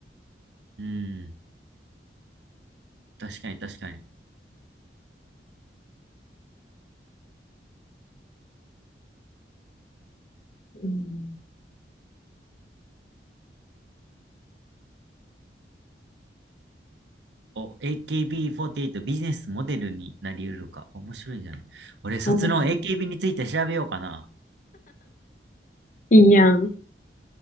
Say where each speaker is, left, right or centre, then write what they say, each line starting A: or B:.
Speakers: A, on the right; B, on the left.
A: うん。確かに確かに。
B: ようん。
A: お、AKB48 ビーフォーティーエイトビジネスモデルになり得るか。面白いじゃない。俺、卒論
B: あ
A: AKB について調べようかな。
B: いいやん。